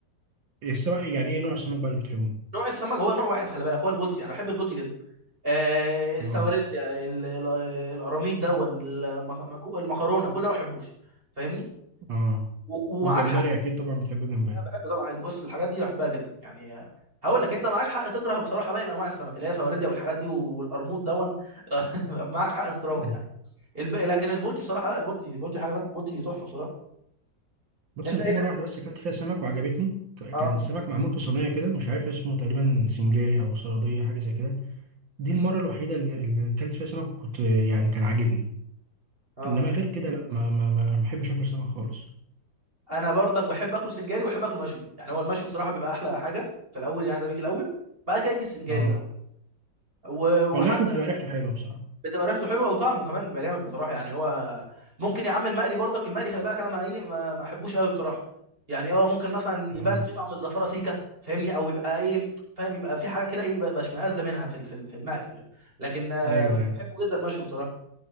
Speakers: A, on the right (about 80°); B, on the right (about 30°).
A: السمك يعني ايه نوع السمك بقى اللي بتحبه؟
B: نوع السمك هو نوع واحد خلي بالك هو البولتي انا بحب البولتي جدا آه السواردية
A: اه
B: ال- ال- القراميط دون المخ- المكرونه كل ده ما بحبوش فاهمني
A: اه
B: و- ومعاك
A: والجمبري
B: حق فيه
A: اكيد طبعا بتحب الجمبري
B: انا بحب طبعا يعني بص الحاجات دي بحبها جدا يعني آه، هقول لك انت معاك حق تكره بصراحه باقي انواع السمك اللي هي سواردية والحاجات دي والقرموط دون <laughs> معاك حق تكرههم
A: <laughs>
B: يعني الب... لكن البولتي بصراحه لا البولتي البولتي حاجه تانية البولتي تحفه بصراحه
A: بص
B: انت
A: انا
B: ايه
A: في
B: ده؟
A: مره واحده بس اكلت فيها سمك وعجبتني ف- كان
B: اه
A: السمك معمول في صينيه كده مش عارف اسمه تقريبا سنجاري او صياديه حاجه زي كده دي المره الوحيده اللي اللي اكلت فيها سمك كنت يعني كان عاجبني
B: اه
A: انما غير كده لا ما ما ما ما بحبش اكل سمك خالص
B: انا برضك بحب اكله سنجاري وبحب اكله مشوي يعني هو المشوي بصراحه بيبقى احلى حاجه في الاول يعني ده بيجي الاول بعد كده يجي السنجاري
A: اه
B: بقى وكده و- وحتى
A: هو المشوي بيبقى ريحته حلوه بصراحه
B: بتبقى ريحته حلوه وطعمه كمان بيبقى جامد بصراحه يعني هو ممكن يا عم المقلي برضك المقلي خلي بالك انا ما ايه ما ما احبوش قوي بصراحه يعني هو ممكن مثلا يبان
A: اه
B: في طعم الزفاره سيكه فاهمني او يبقى ايه فاهم يبقى في حاجه كده ايه ب- بشمئز منها في ال- في ال- في المقلي كده لكن آه،
A: ايوه
B: ف- بحبه
A: ايوه
B: جدا مشوي بصراحه